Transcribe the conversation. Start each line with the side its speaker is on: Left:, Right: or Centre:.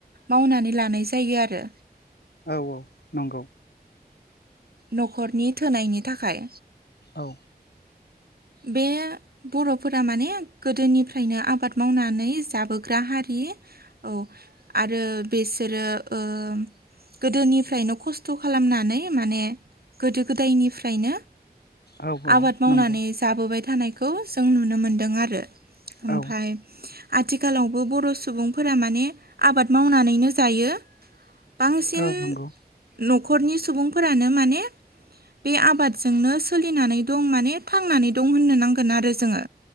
Right: मावनानै लानाय जायो आरो।
Left: औ औ नंगौ।
Right: न'खरनि थोनायनि थाखाय।
Left: औ
Right: बे बर'फोरा माने गोदोनिफ्रायनो आबाद मावनानै जाबोग्रा हारि थि औ आरो बेसोरो ओ। गोदोनिफ्रायनो खस्थ' खालामनानै माने गोदो गोदायनिफ्रायनो।
Left: औ औ
Right: आबाद मावनानै
Left: नंगौ।
Right: जाबोबाय थानायखौ जों नुनो मोनदों आरो ओमफ्राय
Left: औ
Right: आथिखालावबो बर' सुबुंफोरा माने आबाद मावनानैनो जायो बांसिन
Left: औ नंगौ
Right: न'खरनि सुबुंफोरानो माने बे आबादजोंनो सोलिनानै दं माने थांनानै दं होननो नांगोन आरो जोङो